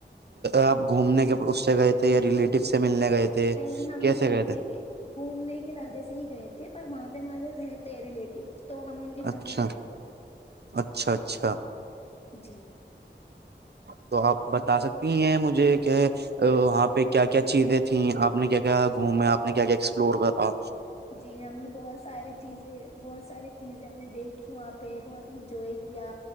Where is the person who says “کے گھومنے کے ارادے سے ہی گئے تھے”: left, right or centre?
Left